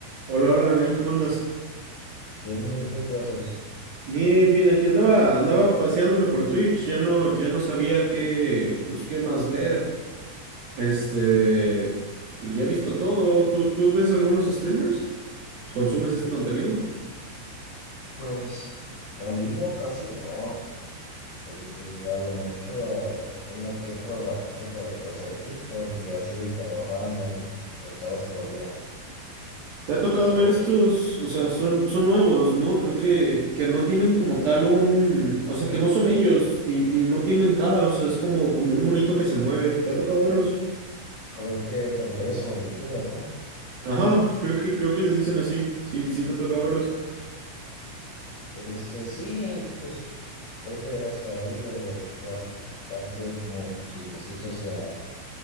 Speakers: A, on the right; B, on the left.
A: Hola, hola, Nain, ¿cómo andas?
B: Bien, ¿y tú qué haces?
A: Bien, bien, aquí andaba, andaba paseándome por Twitch, ya no, ya no sabía qué, pues, qué más ver. Este, pues ya he visto todo. ¿Tú, tú ves algunos streamers? ¿Consumes este contenido?
B: Pues en vivo casi no, eh, a lo mucho a una que otro ratito, pero pues en TikTok y así de que a lo random, estar scrolleando.
A: ¿Te ha tocado
B: O
A: ver estos? O sea, son, son nuevos, ¿no? Creo que, que no tienen como tal un, o sea, que no son ellos y, y no tienen cara, o sea, es como, como un monito que se mueve. ¿Te ha tocado verlos?
B: creo que te refieres a los VTubers, ¿no?
A: Ajá, creo que, creo que les dicen así. Sí, sí te ha tocado verlos.
B: Este, sí, pues creo que hasta ha habido bastantes como chismecitos ah,